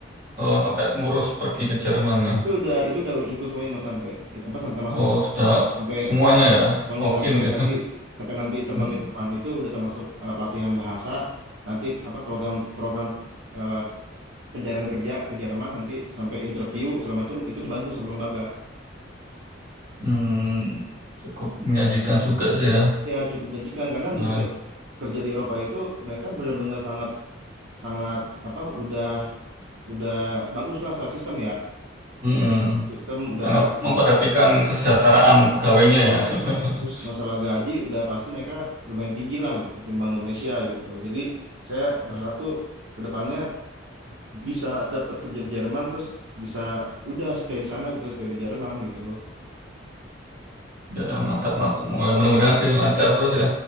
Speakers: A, on the right; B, on the right.
A: eh, sampai ngurus pergi ke Jermannya?
B: itu udah itu udah include semuanya mas sampai apa sampai termasuk
A: Oh,
B: sampai
A: sudah
B: sampai
A: semuanya ya,
B: Semuanya
A: all
B: sampai
A: in ya.
B: nanti
A: <laughs>
B: sampai nanti terbang
A: Hmm,
B: ke Jerman itu udah termasuk eh, pelatihan bahasa. Nanti apa program program eh, pencarian kerja ke Jerman nanti sampai interview segala macam itu dibantu sama lembaga.
A: Hmm, cukup menyajikan juga sih ya.
B: Ya cukup menjanjikan karena
A: Nah,
B: menurut saya kerja di Eropa itu mereka benar-benar sangat sangat apa udah udah bagus lah secara sistem ya.
A: mm-mm.
B: Sistem udah
A: Sangat
B: bagus.
A: memperhatikan
B: eh,
A: kesejahteraan pegawainya
B: Betul.
A: ya. <laughs>
B: Terus masalah gaji udah pasti mereka lumayan tinggi lah ketimbang Indonesia gitu. Jadi saya berharap tuh ke depannya bisa dapat kerja di Jerman terus bisa udah stay di sana gitu stay di Jerman gitu
A: Ya, mantap, mantap. Mudah-mudahan sih lancar terus ya.